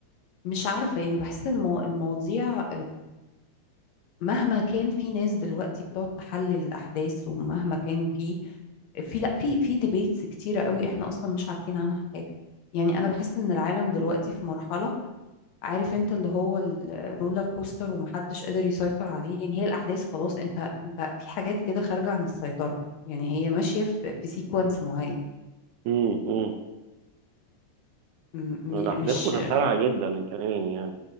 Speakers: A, on the left; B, on the right.
A: مش عارفة يعني بحس ان المو- المواضيع مهما كان في ناس دلوقتي بتقعد تحلل الأحداث ومهما كان في في لا في في ديبيتس كتيرة قوي احنا اصلا مش عارفين عنها حاجة يعني انا بحس ان العالم دلوقتي في مرحلة عارف انت اللي هو الرولر كوستر ومحدش قادر يسيطر عليه يعني هي الاحداث خلاص انت انت في حاجات كده خارجة عن السيطرة يعني هي ماشية في في سيكونس معين
B: مم.
A: م- م-
B: الأحداث
A: مش
B: متسارعة جدا كمان يعني